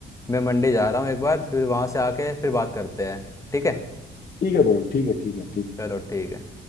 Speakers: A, on the left (about 15°); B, on the left (about 40°).
A: मैं मंडी जा रहा हूँ एक बार फिर वहां से आके फिर बात करते हैं ठीक है
B: ठीक है ब्रो ठीक है ठीक है ठीक है
A: चलो ठीक है